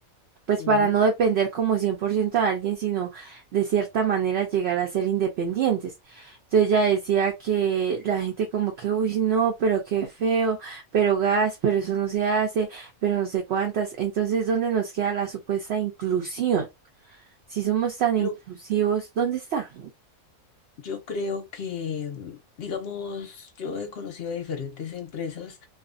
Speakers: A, on the right (about 60°); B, on the left (about 55°).
A: pues
B: ujú.
A: para no depender como 100% de alguien, sino de cierta manera llegar a ser independientes. Entonces ella decía que la gente como que, uy, no, pero qué feo, pero gas, pero eso no se hace, pero no sé cuántas. Entonces, ¿dónde nos queda la supuesta inclusión? Si somos tan inclusivos,
B: Yo,
A: ¿dónde está?
B: yo creo que, mm, digamos, yo he conocido diferentes empresas